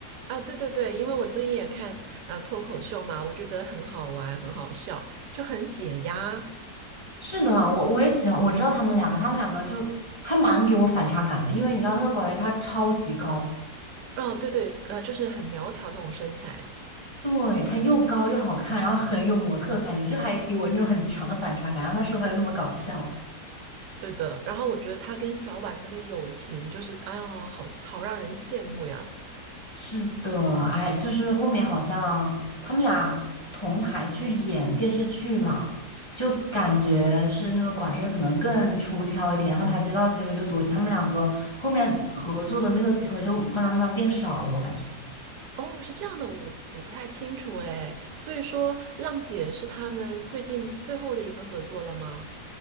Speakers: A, on the right (about 80°); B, on the left (about 20°).
A: 啊，对对对，因为我最近也看啊、脱口秀嘛，我觉得很好玩，很好笑，就很解压。
B: 是的，我我也喜欢，我知道他们两个，他们两个就还蛮给我反差感的，因为你知道那个广源他超级高，
A: 嗯，对对，呃，就是很苗条那种身材，
B: 对，他又高又好看，然后很有模特感觉，就还给我那种很强的反差感，然后他说话又那么搞笑，
A: 对的。然后我觉得他跟小婉那个友情，就是哎呦，好好让人羡慕呀。
B: 是的，哎，就是后面好像他们俩同台去演电视剧嘛，就感觉是那个管乐可能更出挑一点，然后他接到的机会就多，他们两个后面合作的那个机会就慢慢慢慢变少了，我感觉。
A: 哦，是这样的，我我不太清楚哎。所以说，浪姐是他们最近最后的一个合作了吗？